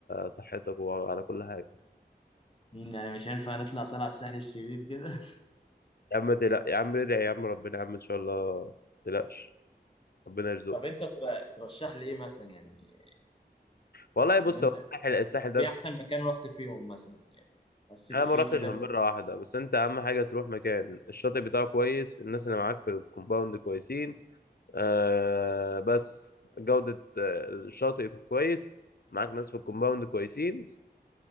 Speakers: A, on the left; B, on the left.
A: صحتك وعلى كل حاجة
B: مم، يعني مش هينفع نطلع طلع الساحل الشرير كده
A: يا عم تلا يا عم ادعي يا عم ربنا يا عم إن شاء الله ما تقلقش ربنا
B: <laughs>
A: يرزقك
B: طب انت تر- ترشح لي ايه مثلا يعني
A: والله بص
B: اللي انت
A: هو الساحل الساحل ده
B: ايه احسن مكان رحت فيهم مثلا يعني حسيت
A: أنا
B: فيه
A: ما رحتش
B: كده
A: غير
B: ب-
A: مرة واحدة بس أنت أهم حاجة تروح مكان الشاطئ بتاعه كويس الناس اللي معاك في الكومباوند كويسين آه بس جودة آه، الشاطئ يكون كويس معاك ناس في الكومباوند كويسين